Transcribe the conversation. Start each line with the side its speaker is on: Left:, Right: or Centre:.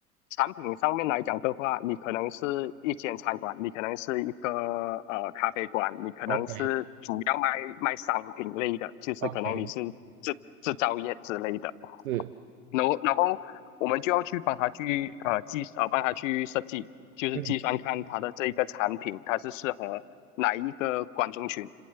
Left: 产品上面来讲的话，你可能是一间餐馆，你可能是一个呃咖啡馆，你可能是主要卖卖商品类的，
Right: ，OK
Left: 就是可能你是制制造业之类的。
Right: OK，是，
Left: 然后然后我们就要去帮他去呃计呃帮他去设计，就是计算看他的这一个产品它是适合哪一个观众群，
Right: 嗯，